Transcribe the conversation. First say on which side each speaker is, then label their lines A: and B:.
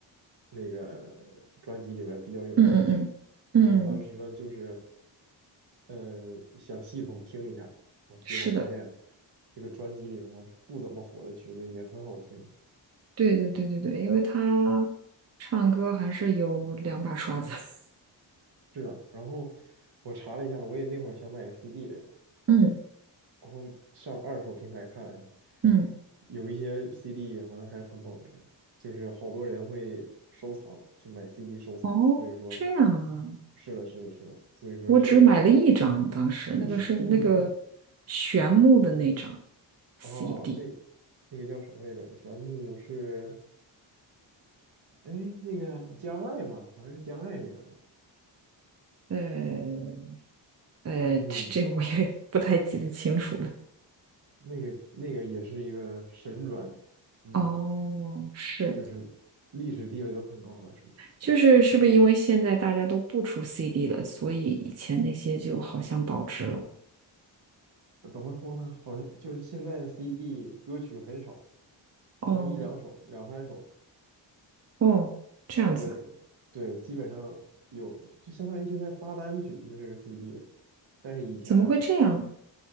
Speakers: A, on the right; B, on the right.
A: 那个专辑里面比较有名的曲子。
B: 嗯嗯嗯嗯，
A: 然后当时呢，就是，呃，想系统听一下，我结果发现
B: 是的。
A: 这个专辑里面不怎么火的曲子也很好听，
B: 对对对对对，因为他唱歌还是有两把刷子。<laughs>
A: 是的。然后我查了一下，我也那会儿想买 CD 来着，
B: 嗯
A: 然后上二手平台看了一下，
B: 嗯，
A: 有一些 CD 好像还是很保值，就是好多人会收藏，就买 CD 收藏，
B: 哦，
A: 所以说，
B: 这样啊，
A: 是的，是的，是的，所以说这个，
B: 我只买了一张，当时那个是那个
A: <laughs>
B: 玄木的那张 CD，
A: 哦，那那个叫什么来着？玄牧是。哎，那个江爱嘛，好像是江爱里面的，
B: 呃呃，
A: 嗯，
B: 这这个我也 <laughs> 不太记得清楚了。
A: 那个那个也是一个神转，嗯，
B: 哦，是，
A: 就是历史地位都很高了，属于
B: 就是是不是因为现在大家都不出 CD 了，所以以前那些就好像保值了？
A: 怎么说呢？好像就是现在的 CD 歌曲很少，
B: 哦
A: 可能一两首、两三首，
B: 哦，这样子啊
A: 对对，基本上有，就相当于现在发单曲就是个 CD 了。但是以前，
B: 怎么会这样？